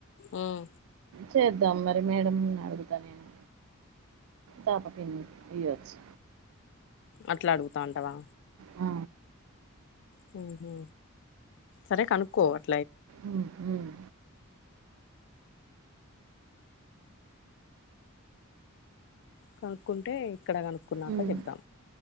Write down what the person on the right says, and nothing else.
చేద్దాం మరి మేడం ను అడుగుత నేను. తాప కిన్ని ఇయ్యచ్చు.
ఆ.
ఉమ్.
ఉమ్,